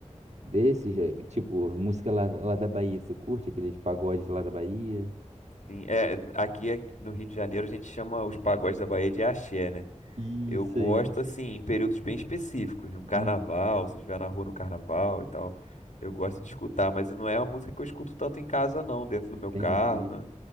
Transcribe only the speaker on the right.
desses? é? Tipo, música lá, lá da Bahia, você curte aqueles pagodes lá da Bahia?
Isso
aí.
Hum,
entendi.